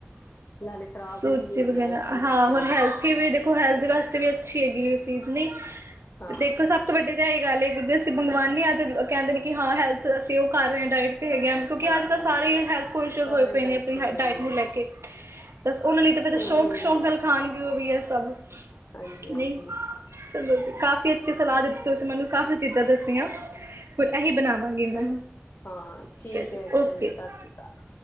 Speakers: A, on the left (about 55°); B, on the right (about 75°).
A: ਨਾਲੇ ਖ਼ਰਾਬ
B: ਸੂਜੀ
A: ਨੀ ਵੀ ਨੀ ਹੁੰਦੀਆਂ
B: ਵਗੈਰਾ
A: ਕੀਤੀਆਂ
B: ਹਾਂ
A: ਜਲਦੀ
B: ਹੋਥ ਉਹ ਹੈਲਥ ਵਾਸਤੇ ਵੀ ਅੱਛੀ ਹੈਗੀ ਇਹ ਚੀਜ਼ ਨਹੀਂ
A: ਹਾਂ
B: ਦੇਖੋ ਸਭ ਤੋਂ ਵੱਡੀ ਤਾਂ ਇਹਹੀ ਗੱਲ ਜੇ ਅਸੀਂ ਮਗਵਾਉਾਨਦੇ ਹਾਂ ਤਾਂ ਕਹਿੰਦੇ ਨੇ ਕਿ ਹਾਂ ਹੈਲਥ ਅਸੀਂ ਕਰ ਰਹੇ ਹਾਂ ਡਾਇਟ ਹੈਗੇ ਕਿਉਂਕਿ
A: ਹਾਂਜੀ
B: ਅੱਜ ਕੱਲ੍ਹ
A: ਹਾਂਜੀ
B: ਸਾਰੇ ਹੈਲਥ ਕੋਂਸ਼ਅਸ
A: ਸਾਰੇ
B: ਹੋਏ ਪਏ
A: ਡਾਇਟ
B: ਨੇ ਆਪਣੀ
A: ਕਰਦੇ
B: ਡਾਇਟ
A: ਪਏ ਨੇ
B: ਨੂੰ ਲੈ ਕੇ ਬਸ ਉਹਨਾਂ ਲਈ ਫ
A: ਹਮ
B: ਸ਼ੌਕ
A: ਹਮ
B: ਸ਼ੌਕ ਨਾਲ ਖਾਣਗੇ ਵੀ ਹੈ ਸਭ
A: ਹਾਂਜੀ
B: ਨਹੀਂ
A: ਹਾਂਜੀ
B: ਚਲੋ ਜੀ ਕਾਫੀ ਅੱਛੀ ਸਲਾਹ ਤੁਸੀਂ ਮੈਨੂੰ ਕਾਫ਼ੀ ਚੀਜ਼ਾਂ ਦੱਸੀਆਂ ਫਿਰ ਇਹੀ ਬਣਾਵਾਂਗੀ ਮੈਂ
A: ਚਲੋ ਹਾਂ ਠੀਕ
B: ਜੀ
A: ਹੈ ਅੱਛਾ
B: ਓਕੇ
A: ਸਤਿ
B: ਜੀ
A: ਸ਼੍ਰੀ ਅਕਾਲ